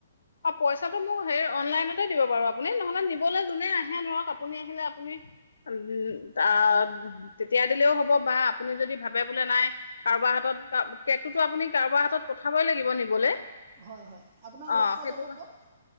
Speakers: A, on the left; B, on the right.
A: অ', পইচাটো মোক হেৰি অনলাইনতে দিব বাৰু আপুনি নহ'লে নিবলৈ যোনে আহে ধৰক আপুনি আহিলে আপুনি উ আ তেতিয়া দিলেও হ'ব বা আপুনি যদি ভাবে বোলে নাই কাৰোবাৰ হাতত কেকটোতো আপুনি কাৰোবাৰ হাতত পঠাবই লাগিব নিবলৈ
B: হয় হয় আপোনাক
A: অ।
B: লগ পোৱা
A: সেইটো
B: যাব
A: ক
B: ক'ত